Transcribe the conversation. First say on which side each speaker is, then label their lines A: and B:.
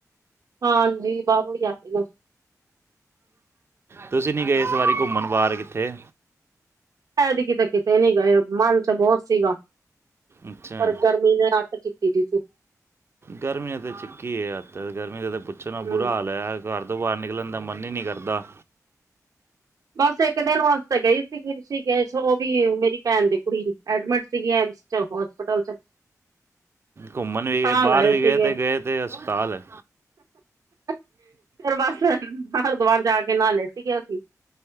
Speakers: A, on the right; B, on the right.
A: ਹਾਂਜੀ ਬਾਹਰੋਂ ਹੀ ਆਹੇ ਲੋਕ
B: ਤੁਸੀਂ ਨੀ ਗਏ ਇਸ ਵਾਰੀ ਘੁੰਮਣ ਬਾਹਰ ਕਿੱਥੇ
A: ਐਤਕੀ ਤਾਂ ਕਿਤੇ ਕਿਤੇ ਨੀ ਗਏ ਮਨ ਤਾਂ ਬਹੁਤ ਸੀਗਾ
B: ਅੱਛਾ
A: ਪਰ ਗਰਮੀ ਨੇ ਅੱਤ ਕੀਤੀ ਸੀ
B: ਗਰਮੀ ਤਾਂ ਚ ਕੀ ਹੈੱ ਗਰਮੀ ਦਾ ਪੁੱਛਣਾ
A: ਹਮ।
B: ਬੁਰਾ ਹਾਲ ਹੈ ਘਰ ਤੋਂ ਬਾਹਰ ਨਿਕਲਣ ਦਾ ਮਨ ਹੀ ਨਹੀਂ ਕਰਦਾ
A: ਬਸ ਇੱਕ ਦਿਨ ਵਾਸਤੇ ਗਈ ਸੀਗੀ ਸੀਗੇ ਸ ਉਹ ਵੀ ਮੇਰੀ ਭੈਣ ਦੀ ਕੁੜੀ ਐਡਮਿਟ ਸੀਗੀ ਐ ਚ ਹੋਸਪਿਟਲ ਚ
B: ਘੁੰਮਣ ਵੀ
A: ਤਾਂ
B: ਗਏ ਬਾਹਰ ਵੀ
A: ਸੀਗੇ
B: ਗਏ ਤੇ ਗਏ ਤੇ ਹਸਪਤਾਲ
A: ਫਿਰ ਬਸ ਹਰਿਦੁਵਰ ਜਾ ਕੇ ਨਾਲ ਲਿਆ ਸੀਗੇਸੀ